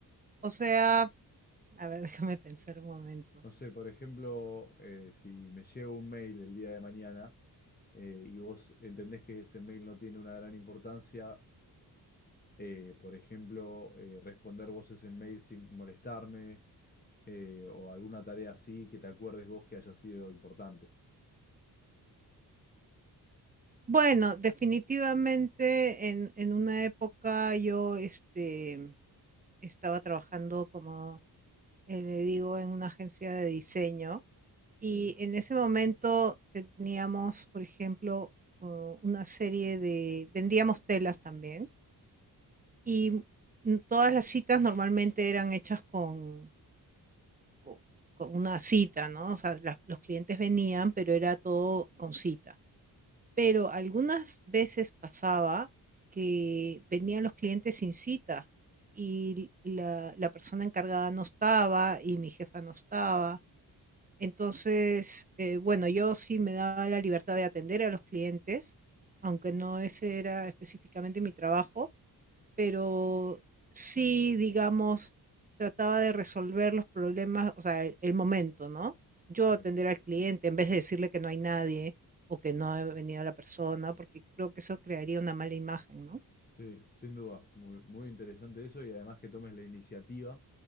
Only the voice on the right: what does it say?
o sea, A ver, <laughs> déjame pensar un momento.
Bueno, definitivamente en, en una época yo este, estaba trabajando, como eh, le digo, en una agencia de diseño y
en ese momento teníamos, por ejemplo, uh, una serie de, vendíamos telas también y mm, todas las citas normalmente eran hechas con, co- con una cita, ¿no? O sea, las- los clientes venían, pero era todo con cita. Pero algunas veces pasaba que venían los clientes sin cita y la la persona encargada no estaba y mi jefa no estaba. Entonces, eh, bueno, yo sí me daba la libertad de atender a los clientes, aunque no ese era específicamente mi trabajo, pero sí, digamos, trataba de resolver los problemas, o sea, el, el momento, ¿no? Yo
atender al cliente en vez de decirle que no hay nadie o que no ha venido la persona, porque creo que eso crearía una mala imagen, ¿no?